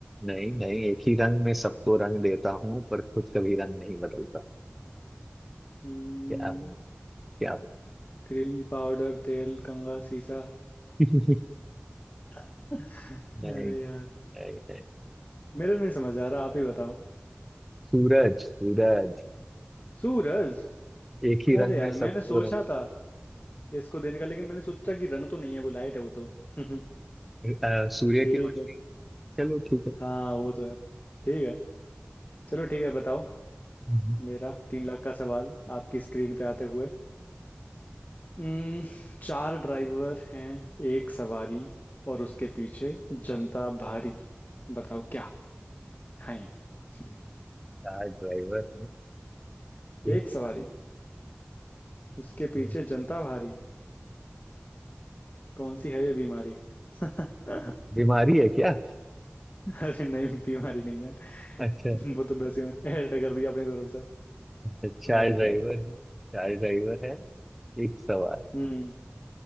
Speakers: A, in the centre; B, on the left.
A: नहीं नहीं एक ही रंग में सबको रंग देता हूँ पर खुद कभी रंग नहीं बदलता
B: हम्म,
A: क्या क्या बात-
B: क्रीम पाउडर तेल कंघा शीशा
A: <laughs> नहीं
B: <laughs>
A: नहीं
B: अरे
A: नहीं
B: यार
A: नहीं
B: मेरे नहीं समझ आ रहा आप ही बताओ
A: सूरज सूरज
B: सूरज
A: एक ही रंग
B: अरे यार
A: में सबको
B: मैंने सोचा
A: रंग
B: था इसको देने का लेकिन मैंने सोचा कि रंग तो नहीं है वो लाइट है वो तो <laughs>
A: अ, सूर्य
B: ठीक
A: की रोशनी
B: है
A: चलो ठीक है
B: हाँ वो तो है ठीक है चलो ठीक है बताओ
A: हम्म।
B: मेरा तीन लाख का सवाल आपकी स्क्रीन पे आते हुए हम्म, चार ड्राइवर हैं एक सवारी और उसके पीछे जनता भारी बताओ क्या है ये? <laughs>
A: कार ड्राइवर है एक
B: एक
A: second
B: सवारी उसके
A: का।
B: पीछे जनता भारी कौन सी है ये बीमारी <laughs> अरे
A: बीमारी है क्या
B: नहीं बीमारी नहीं है
A: अच्छा
B: <laughs> वो तो वैसे में ऐड कर दिया अपनी तरफ से
A: अच्छा चार
B: और
A: ड्राइवर
B: क्या
A: है चार ड्राइवर है एक सवाल
B: हम्म